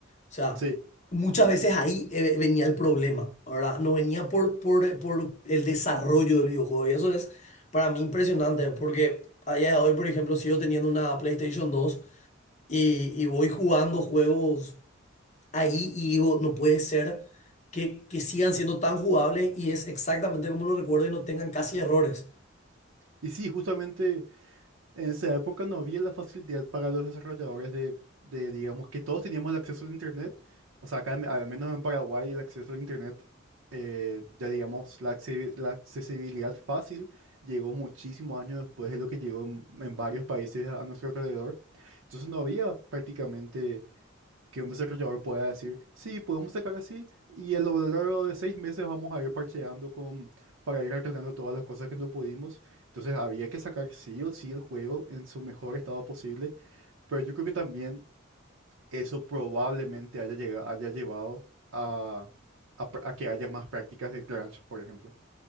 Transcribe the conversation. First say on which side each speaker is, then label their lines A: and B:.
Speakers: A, on the left; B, on the right.
A: sea,
B: sí.
A: muchas veces ahí eh, venía el problema, ¿verdad? No venía por, por, por el desarrollo del videojuego. Y eso es para mí impresionante, porque a día de hoy, por ejemplo, sigo teniendo una PlayStation dos y, y voy jugando juegos ahí y digo, no puede ser que, que sigan siendo tan jugables y es exactamente como lo recuerdo y no tengan casi errores.
B: Y sí, justamente... En esa época no había la facilidad para los desarrolladores de, de, digamos, que todos teníamos el acceso al Internet. O sea, acá, en- al menos en Paraguay, el acceso al Internet, eh, ya digamos, la, acce- la accesibilidad fácil llegó muchísimos años después de lo que llegó en, en varios países a, a nuestro alrededor. Entonces no había prácticamente que un desarrollador pueda decir, sí, podemos sacar así y a lo largo de seis meses vamos a ir parcheando con, para ir arreglando todas las cosas que no pudimos. Entonces había que sacar sí o sí el juego en su mejor estado posible, pero yo creo que también eso probablemente haya llega- haya llevado a, a pr- a que haya más prácticas de crunch, por ejemplo.